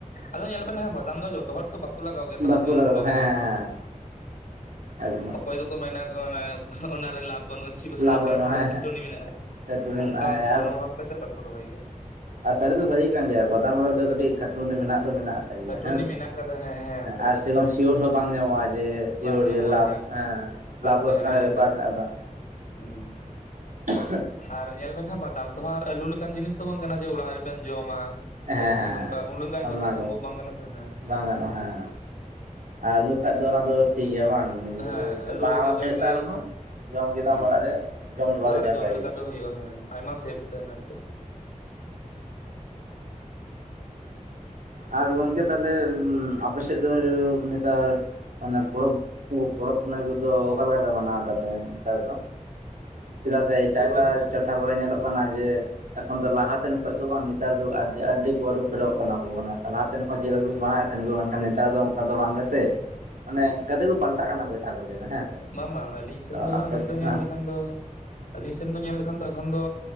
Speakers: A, on the left; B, on the right.
A: ᱟᱫᱚ ᱧᱮᱞ ᱵᱮᱱ ᱦᱟᱜ ᱵᱟᱫᱟᱢ ᱫᱚ ᱡᱚᱛᱚ ᱦᱚᱲ ᱫᱚ ᱞᱟᱜᱟᱣ ᱜᱮᱭᱟ ᱛᱚ
B: ᱵᱟᱠᱚ
A: ᱧᱮᱞ
B: ᱞᱟᱜᱟᱣ
A: ᱵᱮᱱ
B: ᱦᱮᱸ ᱦᱮᱸ ᱦᱮᱸ ᱮᱠᱫᱚᱢ
A: ᱚᱠᱚᱭ ᱫᱚ ᱢᱮ ᱟᱠᱚ ᱚᱱᱟᱨᱮ ᱞᱟᱵᱷ ᱵᱟᱹᱱᱩᱜᱼᱟ ᱪᱷᱤ ᱚᱱᱠᱟ
B: ᱞᱟᱵᱷ ᱵᱟᱹᱱᱩᱜᱼᱟ
A: ᱛᱷᱚᱲᱟ
B: ᱦᱮᱸ
A: ᱠᱷᱟᱴᱟᱹᱱᱤ
B: ᱦᱮᱸ
A: ᱢᱮᱱᱟᱜᱼᱟ
B: ᱠᱷᱟᱹᱴᱩᱱᱤ
A: ᱚᱱᱠᱟ
B: ᱢᱮᱱᱟᱜᱼᱟ ᱦᱮᱸ
A: ᱢᱚᱱᱚ
B: ᱟᱨ
A: ᱵᱷᱟᱵ ᱠᱟᱛᱮᱛ ᱵᱟᱠᱚ ᱨᱚᱦᱚᱭ ᱜᱮᱭᱟ
B: ᱟᱨ ᱥᱟᱹᱨᱤ ᱫᱚ ᱥᱟᱹᱨᱤ ᱠᱟᱱ ᱜᱮᱭᱟ ᱵᱟᱫᱟᱢ ᱨᱮ ᱫᱚ ᱠᱟᱹᱴᱤᱡ ᱠᱷᱟᱴᱱᱤ ᱫᱚ ᱢᱮᱱᱟᱜ ᱫᱚ ᱢᱮᱱᱟᱜ
A: ᱠᱷᱟᱹᱴᱩᱱᱤ
B: ᱦᱮᱸ ᱥᱮ
A: ᱢᱮᱱᱟᱜ ᱠᱟᱫᱟ ᱦᱮᱸ ᱦᱮᱸ ᱛᱷᱚᱲᱟ
B: ᱟᱨ
A: ᱠᱷᱟᱹᱴᱩᱱᱤ
B: ᱥᱮᱨᱚᱢ ᱥᱤᱭᱳᱨ ᱦᱚᱸ ᱵᱟᱝ ᱧᱟᱢᱚᱜᱼᱟ ᱡᱮ ᱥᱤᱭᱳᱨ
A: ᱵᱟᱝ ᱧᱟᱢᱚᱜᱼᱟ
B: ᱡᱮ ᱞᱟᱵᱷ ᱦᱮᱸ ᱞᱟᱵᱷ
A: ᱛᱟᱦᱮᱱᱟ
B: ᱞᱚᱥᱠᱟᱱ
A: ᱢᱮᱱᱛᱮ
B: ᱵᱮᱯᱟᱨ ᱢᱮᱱᱟᱜᱼᱟ ᱫᱚ
A: ᱦᱩᱸ
B: <unintelligible>
A: ᱟᱨ ᱧᱮᱞ ᱵᱮᱱ ᱦᱟᱜ ᱵᱟᱫᱟᱢ ᱛᱚᱦᱟᱜ ᱟᱨ ᱟᱞᱩ ᱞᱮᱠᱟᱱ ᱡᱤᱱᱤᱥ ᱫᱚ ᱵᱟᱝ ᱠᱟᱱᱟ ᱡᱮ ᱚᱲᱟᱜ ᱨᱮᱵᱱ ᱡᱚᱢᱟ
B: ᱦᱮᱸ
A: ᱥᱮ
B: ᱦᱮᱸ
A: ᱱᱚᱝᱠᱟ ᱩᱱᱟᱹᱜ ᱜᱟᱱ
B: ᱚᱱᱟ
A: ᱫᱚ ᱦᱟᱜ ᱥᱚᱢᱵᱷᱚᱵᱽ ᱵᱟᱝ ᱠᱟᱱᱟ ᱥᱮ ᱦᱮᱸ
B: ᱵᱟᱝ ᱜᱟᱱᱚᱜᱼᱟ ᱦᱮᱸ ᱟᱨ ᱟᱞᱩ ᱠᱷᱟᱱ ᱫᱚ ᱚᱱᱟ ᱫᱚ ᱴᱷᱤᱠ ᱜᱮᱭᱟ ᱵᱟᱝ
A: ᱦᱮᱸ ᱟᱞᱩ
B: ᱵᱟᱢ
A: ᱨᱮᱫᱚ
B: ᱟᱹᱠᱷᱨᱤᱧᱮᱫ
A: ᱡᱟᱜᱮ
B: ᱛᱟᱢ ᱨᱮᱦᱚᱸ ᱡᱚᱢ ᱠᱮᱫᱟᱢ
A: ᱦᱮᱸ
B: ᱚᱲᱟᱜ ᱨᱮ ᱡᱚᱢ ᱪᱟᱵᱟ
A: ᱚᱲᱟᱜ
B: ᱫᱟᱲᱮᱭᱟᱜ
A: ᱨᱮ
B: ᱟᱢ
A: ᱡᱚᱢ
B: ᱡᱟᱜᱮ
A: ᱞᱮᱠᱟ ᱫᱚ ᱦᱩᱭᱩᱜᱼᱟ ᱦᱮᱸ ᱟᱭᱢᱟ ᱥᱮᱯ ᱛᱟᱦᱮᱱᱟ ᱟᱨᱠᱤ
B: ᱟᱨ ᱜᱚᱝᱠᱮ ᱛᱟᱦᱞᱮ ᱟᱯᱮ ᱥᱮᱫ ᱫᱚ ᱱᱮᱛᱟᱨ ᱢᱟᱱᱮ ᱯᱚᱨᱚᱵᱽ ᱯᱚᱨᱚᱵᱽ ᱯᱩᱱᱟᱹᱭ ᱠᱚᱫᱚ ᱚᱠᱟ ᱞᱮᱠᱟ ᱯᱮ ᱢᱟᱱᱟᱣ ᱫᱟᱯᱮ ᱱᱮᱛᱟᱨ ᱫᱚ ᱪᱮᱫᱟᱜ ᱥᱮ ᱮᱴᱟᱜ
A: ᱯᱚᱨᱚᱵᱽ
B: ᱮᱴᱟᱜ
A: ᱫᱚ
B: ᱴᱚᱴᱷᱟ ᱠᱚᱨᱮ ᱧᱮᱞᱚᱜ ᱠᱟᱱᱟ ᱡᱮ ᱮᱠᱷᱚᱱ ᱫᱚ ᱞᱟᱦᱟᱛᱮᱱ ᱠᱷᱚᱱ ᱫᱚ ᱵᱟᱝ ᱱᱮᱛᱟᱨ ᱫᱚ ᱟᱹᱰᱤ ᱠᱚ ᱟᱹᱨᱩ ᱯᱷᱮᱨᱚᱜ ᱠᱟᱱᱟ ᱢᱟᱱᱮ ᱞᱟᱦᱟ ᱛᱮᱱ ᱠᱷᱚᱱ ᱪᱮᱞᱮᱠᱟ ᱠᱚ ᱢᱟᱱᱟᱣ ᱮᱫ ᱛᱟᱦᱮᱱ ᱠᱚ ᱢᱮᱱᱠᱷᱟᱱ ᱱᱮᱛᱟᱨ ᱫᱚ ᱚᱱᱠᱟ ᱫᱚ ᱵᱟᱝ ᱜᱟᱛᱮᱜ ᱟᱱᱮ ᱜᱟᱛᱮ ᱠᱚ ᱯᱟᱞᱴᱟᱜ ᱠᱟᱱᱟ ᱠᱚ ᱡᱟᱦᱟᱸ ᱠᱚ ᱞᱟᱹᱭᱫᱟ ᱦᱮᱸ ᱥᱮ
A: ᱵᱟᱝ ᱵᱟᱝ ᱟᱹᱞᱤᱧ ᱥᱮᱱ
B: ᱛᱚ
A: ᱫᱚ ᱦᱟᱸᱜ
B: ᱟᱯᱮ
A: ᱱᱚᱛᱮ
B: ᱥᱮᱫ ᱦᱮᱸ
A: ᱧᱮᱞ ᱞᱮᱠᱷᱟᱱ ᱫᱚ ᱟᱞᱤᱧ ᱥᱮᱱ ᱫᱚ ᱧᱮᱞ ᱞᱮᱠᱷᱟᱱ ᱫᱚ ᱮᱠᱷᱚᱱ ᱫᱚ